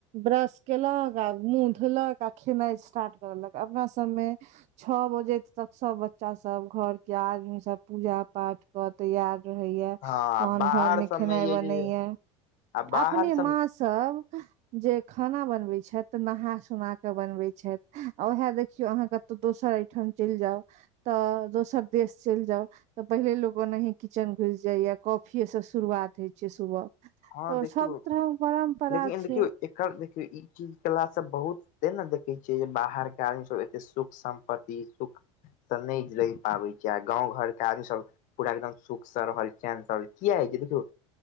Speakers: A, on the right; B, on the left.
A: ब्रश केलक आ मुॅंह धोलक आ खेनाइ स्टार्ट करलक अपना सबमे छह बजे तक सब बच्चा सब घर के आदमी सब पूजा पाठ कऽ तैयार। रहैया
B: हँ
A: तहन
B: बाहर
A: घर मे
B: सबमे
A: खेनाइ
B: य
A: बनैया
B: जे आ बाहर
A: अपने
B: सब
A: मास्क। तब। जे खाना बनबैत छथि, तऽ नहा सुना केऽ बनबैत छथि आ उएह देखियौ अहाँके। तऽ दोसर एहिठाम चलि जाउ तऽ दोसर देश चलि जाउ। तऽ पहिले लोक ओनहि किचेन घुसि जाइया कॉफियेसँ शुरुआत होइ छैय सुबह।
B: हँ
A: तऽ
B: देखियौ
A: सब तरह परम्परा
B: लेकिन
A: छैय।
B: देखियौ एकर देखियौ ई चीज केलासे बहुत ते ने देखैय छियै, जे बाहरके आदमीसभ एते सुख सम्पत्ति सुख। तऽ नैय रहि पाबैंय छैय आ गाँव घरके आदमी सभ पूरा एकदम सुुखसे रहल चेनसऽ किया हैय छैय, देखियौ।